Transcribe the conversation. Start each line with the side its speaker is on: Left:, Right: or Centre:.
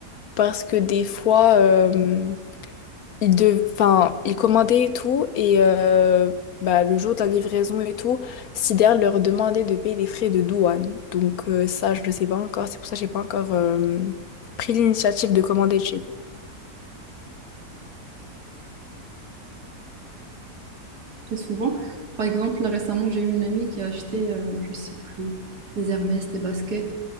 Left: Parce que des fois, euh, il dev... enfin, ils commandaient et tout, et euh, bah, le jour de la livraison et tout, Sider leur demandait de payer des frais de douane. Donc euh, ça, je ne sais pas encore, c'est pour ça que j'ai pas encore euh, pris l'initiative de commander de chez eux.
Right: Très souvent. Par exemple, là récemment, j'ai eu une amie qui a acheté, euh, je sais plus, des Hermès, des baskets.